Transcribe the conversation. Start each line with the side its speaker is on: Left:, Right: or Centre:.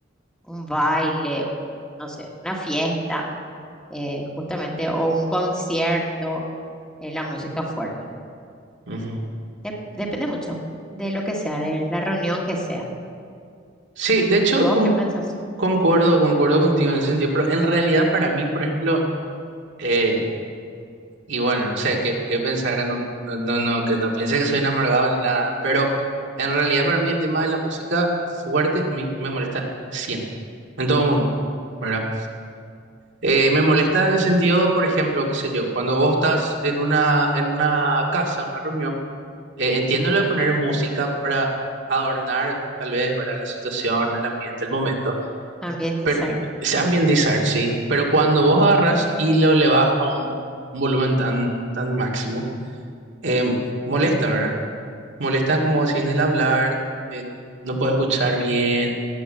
Centre: Un baile, un- no sé, una fiesta, eh, justamente, o un concierto, eh, la música fuerte.
Right: ujú.
Centre: Dep- depende mucho de lo que sea, de la reunión que sea.
Right: Sí, de hecho,
Centre: ¿Y vos
Right: con-
Centre: qué pensás?
Right: concuerdo, concuerdo contigo en ese sentido, pero en realidad para mí, por ejemplo, eh, y bueno, no sé qué, qué pensar, no, no, no, no, que no piense que soy un amargado ni nada, pero en realidad para mí el tema de la música fuerte a mí me molesta siempre, en todo momento, ¿verdad? Eh, me molesta en el sentido, por ejemplo, qué sé yo, cuando vos estás en una, en una casa, en una reunión, eh, entiendo lo de poner música para adornar tal vez, ¿verdad? La situación, el ambiente, el momento.
Centre: Ambientizar,
Right: Pero se
Centre: sí.
Right: ambientizar, sí, pero cuando vos agarras y lo elevas a un volumen tan, tan máximo, eh, molesta, ¿verdad? Molesta como si en el hablar, en- no puedes escuchar bien,